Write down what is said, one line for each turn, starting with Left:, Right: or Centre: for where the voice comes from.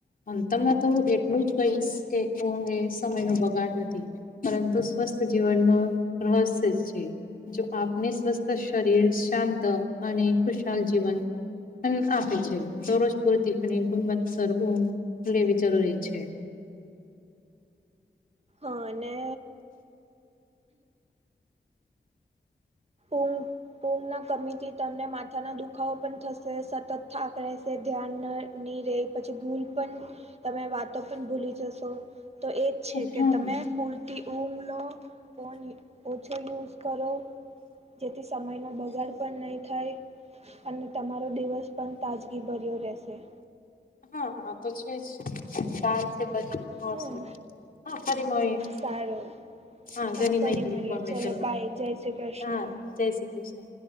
Left: અંતમાં તો એટલું જ કહીશ કે ઊંઘ એ સમય નો બગાડ નથી, પરંતુ સ્વસ્થ જીવન નું રહસ્ય છે. જો આપને સ્વસ્થ શરીર શાંત અને ખુશાલ જીવન, આપે છે દરરોજ પૂરતી અને ગુણવત્સર ઊંઘ લેવી જરૂરી છે.
Right: અને ઉ ઊંઘ ના કમીથી તમને માત્ મથાના દુખાવો પણ થશે સતત થાક રહેશે ધ્યાન ન નહીં રહે પછી ભૂલ પણ, તમે વાતો પણ ભૂલી જશો તો એજ છે કે
Left: હમ
Right: તમે પૂરતી, ઊંઘ લો ફોન ઓછો યુઝ કરો. જેથી સમય નો બગાડ પણ નહી થાય. અને તમારો દિવસ પણ તાજગી ભર્યો રહેશે.
Left: હા હ આતો છે જ <unintelligible> છે, <unintelligible>
Right: હમ
Left: હ હ ફરી માંયી,
Right: સારું
Left: હા ઘણી
Right: ફરી
Left: માહિતી
Right: મળીએ
Left: ઇન્ફોર્મેશન
Right: ચલો
Left: મળી,
Right: બાય જય શ્રી કૃષ્ણ
Left: હા જય શ્રી કૃષ્ણ.